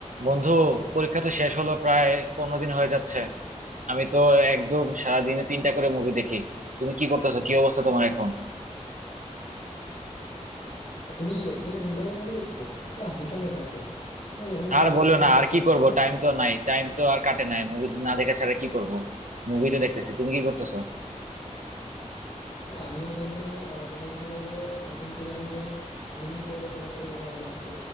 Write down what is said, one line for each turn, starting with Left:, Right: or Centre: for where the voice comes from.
Right: বন্ধু পরীক্ষা তো শেষ হলো প্রায় পনেরো দিন হয়ে যাচ্ছে আমি তো একদম সারাদিনে তিনটা করে মুভি দেখি তুমি কি করতেছো কি অবস্থা তোমার এখন
Left: তুমি একদিনে তিনটা করে মুভি দেখছো বাহ বিশাল ব্যাপার তো হ্যাঁ যখন
Right: আর বলো
Left: ফ্রি টাইম
Right: না
Left: পাচ্ছ
Right: আর কি
Left: অবশ্যই
Right: করব
Left: দেখো।
Right: টাইম তো নাই টাইম তো আর কাটে নাই মুভি না দেখা ছাড়া কি করব মুভি তো দেখতেছি তুমি কি করতেছো
Left: আরে, আমিও বন্ধু আহ, তোমাকে যদি বলবো আহ, তুমি তো জানো যে অনেকদিন পর তোমার সাথে দেখা হলো আজকে